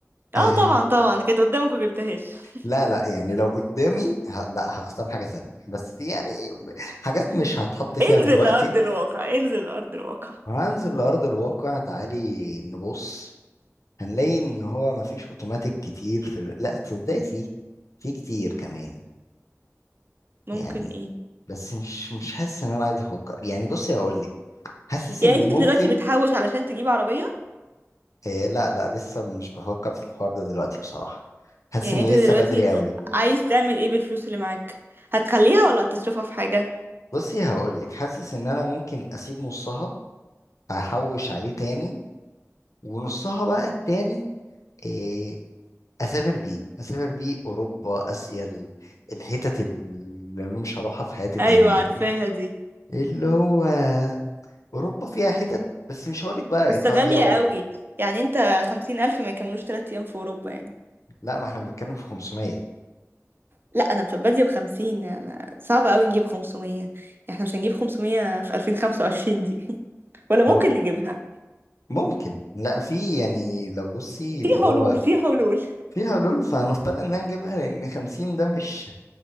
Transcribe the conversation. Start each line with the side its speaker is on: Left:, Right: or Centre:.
Right: اه
Left: آه
Right: طبعا طبعا كانت قدامك وجبتهاش <laughs>
Left: لا لا يعني لو قدامي ه... لا هختار حاجة تانية بس يعني حاجات مش هتحط فيها
Right: انزل
Left: دلوقتي
Right: لأرض الواقع انزل لأرض الواقع
Left: وهنزل لأرض الواقع تعالي نبص هنلاقي ان هو مفيش اوتوماتيك كتير في ال- لا تصدقي فيه في كتير كمان
Right: ممكن
Left: يعني
Right: ايه
Left: بس مش مش حاسس ان انا عايز افكر يعني بصي هقول لك حاسس
Right: يعني
Left: ان
Right: انت
Left: ممكن
Right: دلوقتي بتحوش علشان تجيب عربية
Left: آه لا لا لسه مش بفكر في الحوار ده دلوقتي بصراحة حاسس
Right: يعني
Left: ان
Right: انت دلوقتي
Left: لسه بدري قوي
Right: عايز تعمل ايه بالفلوس اللي معاك هتخليها ولا هتصرفها في حاجة
Left: بصي هقول لك حاسس ان انا ممكن اسيب نصها احوش عليه تاني ونصها بقى التاني آه اسافر بيه اسافر بيه اوروبا اسيا ال- الحتت اللي انا مش هروحها في حياتي تانية
Right: ايوه عارفاها
Left: دي
Right: دي
Left: اللي هو اوروبا فيها حتت بس مش هقولك بقى ايطاليا
Right: بس غالية
Left: و...
Right: قوي يعني انت خمسين الف ما يكملوش تلات ايام في اوروبا يعني
Left: لا ما احنا بنتكلم في 500
Right: لا انا بادية بخمسين يعني صعب قوي نجيب خمسمية يعني احنا مش هنجيب خمسمية في الفين خمسة وعشرين دي <laughs> ولا ممكن
Left: طل...
Right: نجيبها
Left: ممكن لا في يعني لو بصي
Right: في
Left: اللي هو
Right: حلول في حلول
Left: في حلول فهنضطر ان نجيبها لان 50 ده مش